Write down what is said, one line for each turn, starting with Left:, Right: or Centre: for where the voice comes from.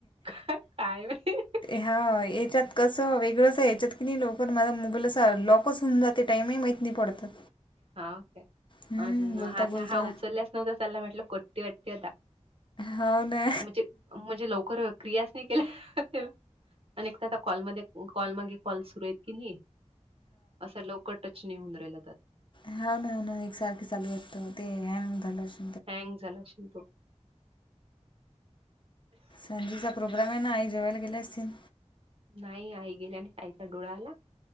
Right: काय नाही.
Left: हा याच्यात कसं वेगळंस या्याच्यात की नाही लवकर माझला मुगल अस लॉकच. समजाते टाईमही मैत नाही पडतात.
Right: हा ओके
Left: हम्म,
Right: अ
Left: बोलता
Right: आता
Left: बोलता
Right: हा उचलल्याच नव्हता चला म्हटलं कट्टी वट्टी आता.
Left: हो ना.
Right: म्हणजे म्हणजे लवकर. क्रियास नाही केल्या अ एक तर कॉलमध्ये कॉल मागे कॉल सुरू आहेत की नाही. असा लवकर टच निहन राहिला जात.
Left: होा ना ना एकसारखे चालूयात ते हॅ झालं अस.
Right: झालाेल तो.
Left: रांजीचा प्रोग्राम आहे ना आई जेवायला गेले असतील.
Right: नाही आई गेल्या आणि काय का डोळाला.